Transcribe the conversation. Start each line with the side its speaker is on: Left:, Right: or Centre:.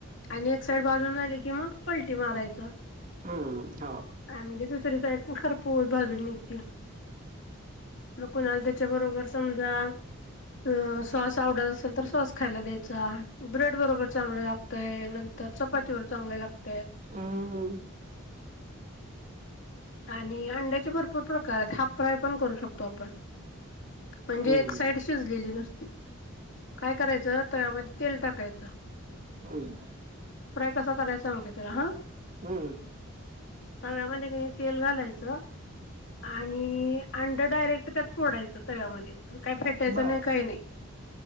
Left: आणि एक साइड भाजून झाली की मंग पलटी मारायचं.
Right: हम्म हो
Left: आणि म्हणजे दुसरी तरी साईड पण. खरपूस बाजून निघती. मग कुणाला त्याच्या बरोबर समजा. अ सॉस आवडत असल. नंतर सॉस खायला द्यायचा. ब्रेड बरोबर चांगलं लागतंय. नंतर चपातीबरोबर चांगल लागतय.
Right: हम
Left: आणि अंड्याचे भरपूर प्रकार आहेत हाप-फ्राय पण करू शकतो आपण म्हणजे
Right: हम्म
Left: एक साईड शिजलेली नुसती काय करायचं तरमध्ये तेल टाक कायच.
Right: हम.
Left: कस करायच सांगते तुला हा.
Right: हम्म.
Left: तग म्हण की <unintelligible> घालायचं आणि ई. अंड डायरेक्ट त्यात फोडायचं तव्यामध्ये. काही फेटायचं
Right: बर
Left: नाही काही नाही.